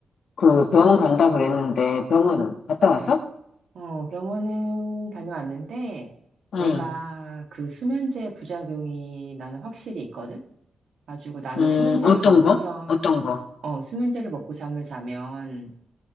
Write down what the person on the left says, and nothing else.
그 병원 간다 그랬는데 병원은 갔다 왔어?
음,
음,
어떤
거? 어떤 거?